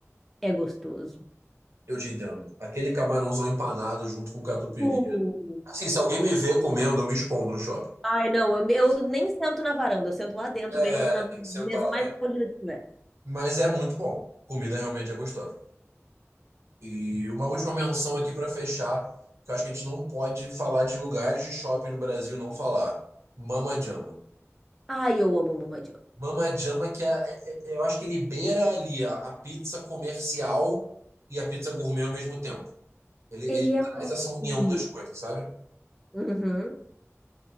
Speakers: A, in the centre; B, on the right.
A: é gostoso.
B: Eu te entendo. Aquele camarãozão empanado junto com catupiry.
A: Uh.
B: Assim, se alguém me vê comendo, eu me escondo no shopping.
A: Ai, não, eu,
B: Isso.
A: eu nem sento na varanda, eu sento lá dentro,
B: É,
A: bem numa, na
B: tem que sentar
A: mesa
B: lá
A: mais
B: dentro.
A: polida que tiver.
B: Mas é muito bom. Comida realmente é gostosa. E uma última menção aqui para fechar, que eu acho que a gente não pode falar de lugares de shopping no Brasil e não falar. Mama Jama.
A: Ai, eu amo o Mama
B: Mama Jama que é, é- é- é, eu acho que ele beira ali a, a pizza comercial e a pizza gourmet ao mesmo tempo. Ele, ele
A: Ele é
B: traz
A: um
B: essa união
A: filme.
B: das coisas, sabe?
A: Uhum,